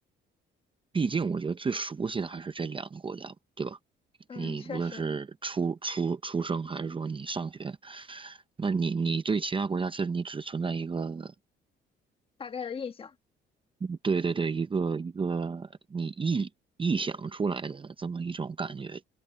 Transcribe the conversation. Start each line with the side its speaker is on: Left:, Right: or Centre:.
Right: 毕竟我觉得最熟悉的还是这两个国家，对吧？
Left: 嗯，
Right: 你无论是出出出生，
Left: 确实，
Right: 还是说你上学，那你你对其他国家，其实你只存在一个，
Left: 大概的印象。
Right: 对对对，一个一个你臆臆想出来的这么一种感觉，